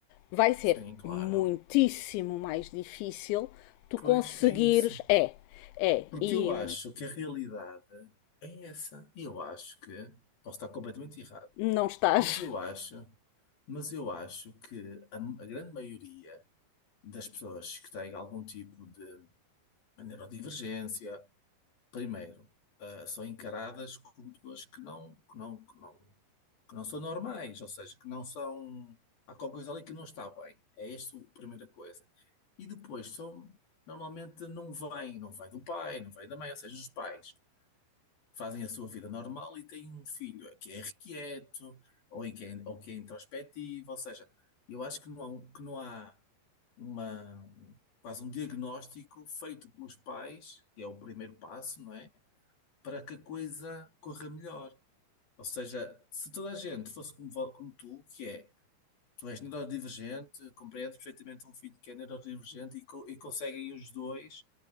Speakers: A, on the left; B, on the left.
A: vai ser
B: Sim, claro.
A: muitíssimo mais difícil tu
B: Pois
A: conseguires.
B: é isso.
A: É, é.
B: Porque
A: E
B: eu acho que a realidade é essa. E eu acho que, posso estar completamente errado,
A: não estás
B: mas eu acho, mas eu acho que a, a grande maioria das pessoas que têm algum tipo de neurodivergência, primeiro, ah, são encaradas como pessoas que não, que não, que não. que não são normais, ou seja, que não são. Há qualquer coisa ali que não está bem. É esta a primeira coisa. E depois são. Normalmente não vem, não vem do pai, não vem da mãe, ou seja, os pais fazem a sua vida normal e têm um filho que é irrequieto ou, em que é, ou que é introspectivo, ou seja, eu acho que não há, um- que não há uma, quase um diagnóstico feito pelos pais, que é o primeiro passo, não é? Para que a coisa corra melhor. Ou seja, se toda a gente fosse como, vo- como tu, que é, tu és neurodivergente, compreendes perfeitamente um filho que é neurodivergente e, co- e conseguem os dois